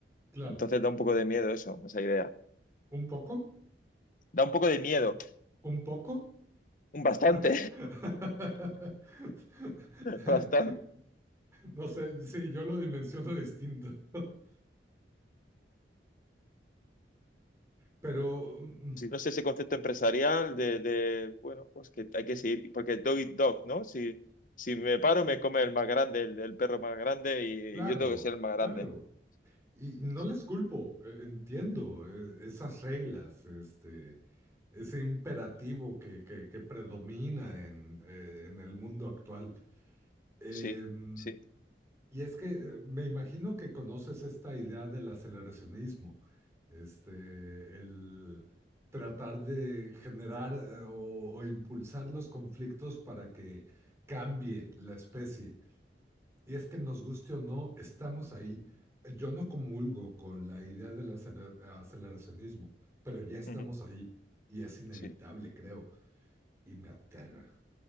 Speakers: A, on the right; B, on the left.
A: claro.
B: Entonces da un poco de miedo eso, esa idea.
A: ¿Un poco?
B: Da un poco de miedo,
A: ¿Un poco?
B: un bastante.
A: <laughs>
B: <laughs> Bastante.
A: No sé, sí, yo lo dimensiono distinto. <laughs> Pero mm,
B: Sí, No sé ese concepto empresarial de, de, bueno, pues que hay que seguir, porque dog eat dog, ¿no? Si, si me paro, me come el más grande, el, el perro más grande, y,
A: Claro,
B: y yo tengo que ser el más
A: claro.
B: grande.
A: Y no
B: Pues,
A: les culpo, eh, entiendo eh, esas reglas, este, ese imperativo que, que- que predomina en, eh, en el mundo actual. Em,
B: Sí, sí.
A: y es que eh, me imagino que conoces esta idea del aceleracionismo, este, el tratar de generar eh, o o impulsar los conflictos para que cambie la especie. Y es que nos guste o no, estamos ahí. Yo no comulgo con la idea del acele- aceleracionismo, pero ya estamos
B: ujú,
A: ahí y es inevitable,
B: sí.
A: creo, y me aterra.